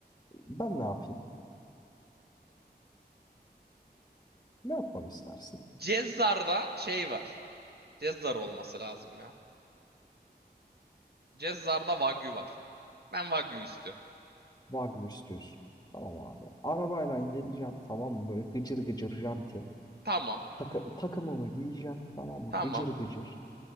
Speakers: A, on the left; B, on the right.
A: Ben ne yapayım? Ne yapmam istersin?
B: Cezzar'da şey var. Cezzar olması lazım ya. Cezzar'da Wagyu var. Ben Wagyu istiyorum.
A: Wagyu istiyorsun. Tamam abi. Arabayla geleceğim tamam mı? Böyle gıcır gıcır janti.
B: Tamam.
A: Takı takımımı giyeceğim tamam mı?
B: Tamam.
A: Gıcır gıcır.